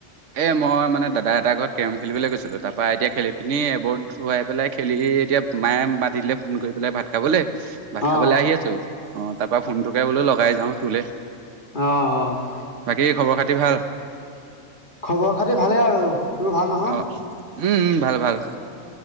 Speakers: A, on the right (about 65°); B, on the left (about 35°).
A: এই মই মানে দাদা এটাৰ ঘৰত কেৰম খেলিবলৈ গৈছিলোঁ তাৰপৰা এতিয়া খেলি পিনি এবোৰ ধোৱাই পেলাই খেলি এতিয়া মায়ে মাতি দিলে ফোন কৰি পেলাই ভাত খাবলৈ ভাত
B: অ
A: খাবলৈ আহি আছো অ তাৰ পৰা ফোনটোকে বোলো লগাই যাও তোলৈ
B: আহ, অ',
A: কি খবৰ খাতি ভাল
B: খবৰ খাতি ভালেই আৰু তোৰ ভাল নহয়
A: অ', অ', উম, ভাল, ভাল